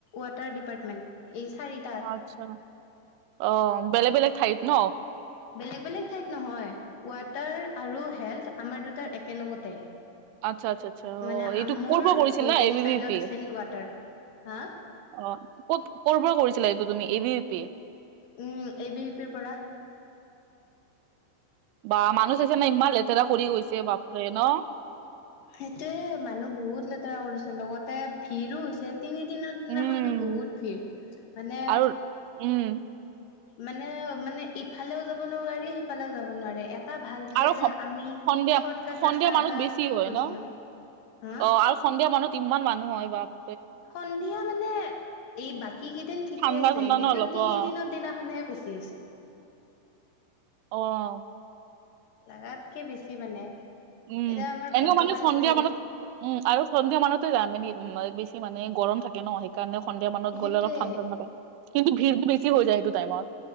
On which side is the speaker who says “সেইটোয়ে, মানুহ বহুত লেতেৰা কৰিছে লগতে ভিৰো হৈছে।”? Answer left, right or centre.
Left